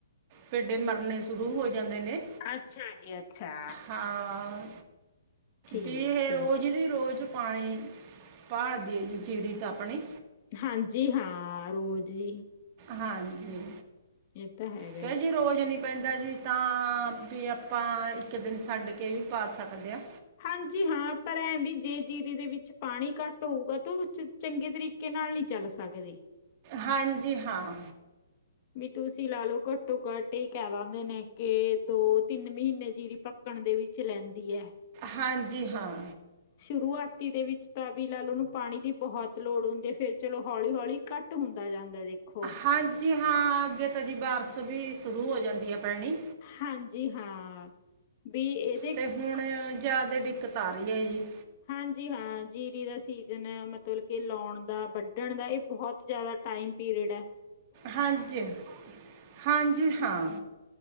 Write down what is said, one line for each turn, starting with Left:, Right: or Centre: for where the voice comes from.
Right: ਫੇਡੇ ਮਰਨੇ ਸ਼ੁਰੂ ਹੋ ਜਾਂਦੇ ਨੇ।
Left: ਅੱਛਾ ਜੀ, ਅੱਛਾ।
Right: ਹਾਂ
Left: ਠੀਕ
Right: ਵੀ ਇਹ ਰੋਜ਼
Left: ਹੈ।
Right: ਦੀ ਰੋਜ਼ ਪਾਣੀ ਭਾਲਦੀ ਐ ਜੀ ਜੀਰੀ ਤਾਂ ਆਪਣੀ।
Left: ਹਾਂਜੀ, ਹਾਂ ਰੋਜ਼ ਜੀ।
Right: ਹਾਂਜੀ।
Left: ਇਹ ਤਾਂ ਹੈ।
Right: ਕਿਓ ਜੇ ਰੋਜ਼ ਨੀ ਪੈਂਦਾ ਜੀ ਤਾਂ ਵੀ ਆਪਾਂ ਇੱਕ ਦਿਨ ਛੱਡ ਕੇ ਵੀ ਪਾ ਸਕਦੇ ਆ।
Left: ਹਾਂਜੀ ਹਾਂ, ਪਰ ਐਂ ਵੀ ਜੇ ਜੀਰੀ ਦੇ ਵਿੱਚ ਪਾਣੀ ਘੱਟ ਹੋਊਗਾ ਤਾਂ ਉਹ ਚ ਚੰਗੇ ਤਰੀਕੇ ਨਾਲ ਨੀ ਚੱਲ ਸਕਦੇ।
Right: ਹਾਂਜੀ, ਹਾਂ।
Left: ਵੀ ਤੁਸੀਂ ਲਾਲੋ ਘੱਟੋ ਘੱਟ ਇਹ ਕਹਿ ਦਿੰਦੇ ਨੇ ਕਿ ਦੋ ਤਿੰਨ ਮਹੀਨੇ ਜਿਰੀ ਪ ਪਕਣ ਦੇ ਵਿੱਚ ਲੈਂਦੀ ਐ।
Right: ਹਾਂਜੀ, ਹਾਂ।
Left: ਸ਼ੁਰੂਆਤੀ ਦੇ ਵਿੱਚ ਤਾਂ ਵੀ ਲਾ ਲੋ ਉਨੂੰ ਪਾਣੀ ਦੀ ਬਹੁਤ ਲੋੜ ਹੁੰਦੀ ਐ, ਫੇਰ ਚਲੋ ਹੌਲੀ-ਹੌਲੀ ਘੱਟ ਹੁੰਦਾ ਜਾਂਦਾ ਦੇਖੋ।
Right: ਹਾਂਜੀ ਹਾਂ, ਅੱਗੇ ਤਾਂ ਜੀ ਬਾਰਸ ਵੀ ਸ਼ੁਰੂ ਹੋ ਜਾਂਦੀ ਐ ਪੈਣੀ।
Left: ਹਾਂਜੀ ਹਾਂ, ਵੀ ਇਹ
Right: ਤੇ ਹੁਣ ਜਿਆਦਾ ਦਿੱਕਤ ਆ ਰੀ ਐ ਜੀ।
Left: ਹਾਂਜੀ ਹਾਂ, ਜੀਰੀ ਦਾ ਸੀਜ਼ਨ ਐ ਮਤਲਬ ਕਿ ਲਾਉਣ ਦਾ, ਵਢਣ ਦਾ ਇਹ ਬਹੁਤ ਜ਼ਿਆਦਾ ਟਾਈਮ ਪੀਰੀਅਡ ਐ।
Right: ਹਾਂਜੀ, ਹਾਂਜੀ ਹਾਂ।